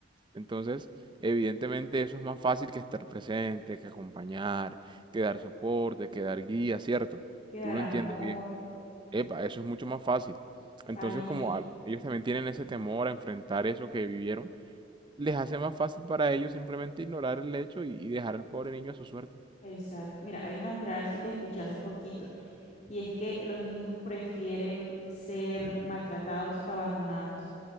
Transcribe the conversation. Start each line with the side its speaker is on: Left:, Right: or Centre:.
Right: Entonces, evidentemente eso es más fácil que estar presente, que acompañar, que dar soporte, que dar guía, ¿cierto?
Left: quedar
Right: Tú lo
Left: amor
Right: entiendes bien. Epa, eso es mucho más fácil. Entonces,
Left: ahí?
Right: como al- ellos también tienen ese temor a enfrentar eso que vivieron, les hace más fácil para ellos simplemente ignorar el hecho y, y dejar al pobre niño a su suerte.
Left: Exacto. Mira, hay una frase que escuché hace poquito y es que los niños prefieren ser maltratados que abandonados.